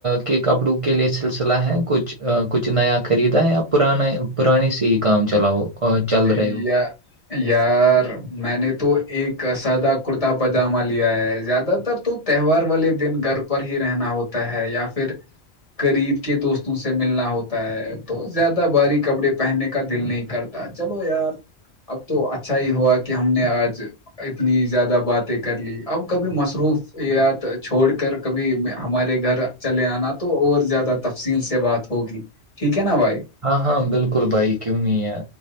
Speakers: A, on the right; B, on the left.
A: کے کپڑوں کے لیے سلسلہ ہے کچھ کچھ نیا خریدا یا پرانا پرانانی سے ہی کام چلاؤ آ، چل
B: ایا
A: رہے ہو
B: یار میں نے تو ایک سادہ کرتا پاجامہ لیا ہے زیادہ تر تو تہوار والے دن گھر پر ہی رہنا ہوتا ہے یا پھر غریب کے دوستوں سے ملنا ہوتا ہے تو زیادہ بھاری کپڑے پہننے کا دل نہیں کرتا چلو یار اب تو اچھا ہی ہوا کہ ہم نے آج اتنی زیادہ باتیں کر لی اب کبھی مصروف یات چھوڑ کر کبھی ہمارے گھر چلے آنا تو اور زیادہ تفصیل سے بات ہوگی ٹھیک ہے نا بھائی
A: ہاں ہاں بالکل بھائی کیوں نہیں ہے